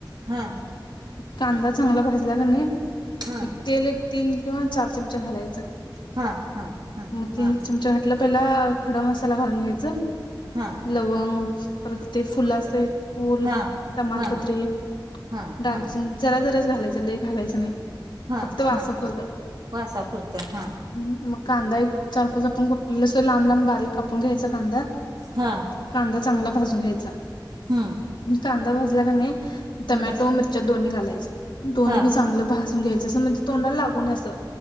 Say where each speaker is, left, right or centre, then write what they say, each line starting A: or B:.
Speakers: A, on the right (about 60°); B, on the left (about 75°).
A: हां
B: कांदा चांगला भाजला का नाही
A: हां
B: एक तेल एक तीन किंवा चार चमचे घालायचं
A: हां हां हां
B: मग तीन
A: हां.
B: चमचे घातलं पहिला खडा मसाला घालून घ्यायच
A: घ्यायचा. हां
B: लवंग प्रत्येक फुल अस फूल
A: हां
B: तमालपत्री
A: हां हां
B: दालचिंण
A: हां
B: जरा जराच घालायचं लई घालायचं नाही
A: हां
B: फक्त वासा
A: हां.
B: पुरतं
A: वासापुरतं वासापुरतं. हां
B: ह मग कांदा एक चार पाच आपण <unintelligible> अस लांब लांब बारीक कापून घ्यायचा कांदा
A: हां
B: कांदा चांगला भाजून घ्यायचा
A: हम्म
B: कांदा भाजला का नाही टमॅटो
A: हम्म
B: मिर च्या दोन्ही घालायचं दोन्ही
A: हां.
B: बी चांगलं भाजून घ्याययच असं म्हणजे तोंडाला लागू नये असं